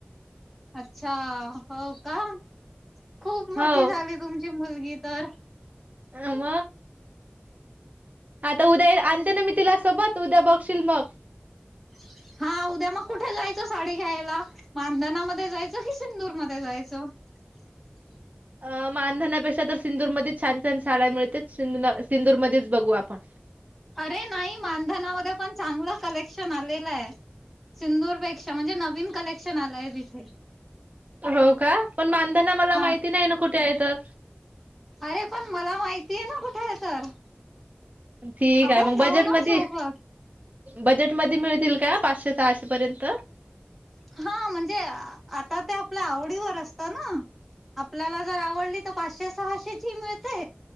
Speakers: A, in the centre; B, on the right.
A: अच्छा हो का खूप मोठी
B: हो
A: झाली तुम ची मुलगी तर
B: अ म आता उद्या आणते ना मी तिला सोबत उद्या बघशील मग
A: <inaudible> हा उद्या मग कुठे जायचं साडी घ्यायला मांधनामध्ये जायचं की सिंदूरमध्ये जायचं. <inaudible>
B: अ मानधनापेक्षा तर सिंदूरमध्येच छान छान साड्या मिळतेत सिंदू सिंदूरमध्येच बघू आपण.
A: अरे नाही मानधनामध्ये पण चांगलं कलेक्शन आलेलं आहे. सिंदूरपेक्षा म्हणजे नवीन कलेक्शन आलय तिथे.
B: हो का पण मांधणा मला
A: हा
B: माहिती नाही ना कुठे आहे तर
A: अरे पण मला माहिती ये ना कुठे ये तर
B: ठीक
A: आपण
B: आहे मग
A: जाऊ
B: बजेटमध्ये
A: ना. सोबत
B: बजेटमध्ये मिळतील. का पाचशे सहाशे पर्यंत
A: हा म्हणजे आता त्या आपल्या आवडीवर असत ना आपल्याला जर आवडली तर पाचशे सहाशे ची मि ळते